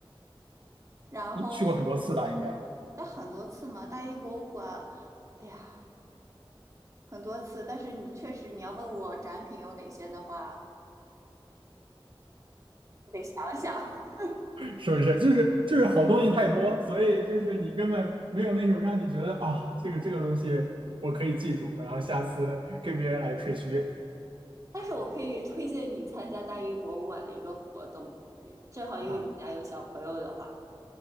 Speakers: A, on the right (about 35°); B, on the right (about 65°).
A: 然后
B: 你去过很多次吧，应该。
A: 但很多次嘛，大英博物馆，哎呀，很多次。但是你确实你要问我展品有哪些的话，得想想。
B: 是不是？就是就是好东西太多，所以就是你根本没有那种让你觉得啊，这个这个东西我可以记住，然后下次跟别人来吹嘘
A: 但是我可以推荐你参加大英博物馆的一个活动，正好因为你家有小朋友的话，
B: 啊，